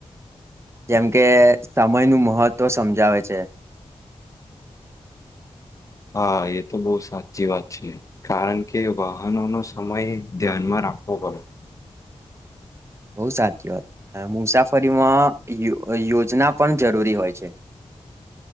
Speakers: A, on the right (about 25°); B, on the left (about 30°).
A: જેમ કે સમય નું મહત્વ સમજાવે છે. <inaudible>
B: હા એ તો બો સાચી વાત છે કારણ કે વાહનોનો સમય ધ્યાનમાં રા રાખવો પડે.
A: બો સાચી વાત અ મુસાફરીમાં યોજ યોજના પણ જરૂરી હોય છે. <inaudible>